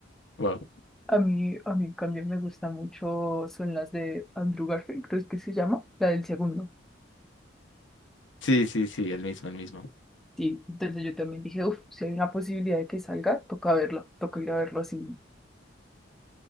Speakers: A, on the left (about 75°); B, in the centre.
A: wow.
B: A mí, a mí, también me gusta mucho, son las de Andrew Garfield, creo que se llama, la del segundo.
A: Sí, sí, sí, el mismo, el mismo.
B: Sí, entonces yo también dije, uff, si hay una posibilidad de que salga, toca verlo, toca ir a verlo así.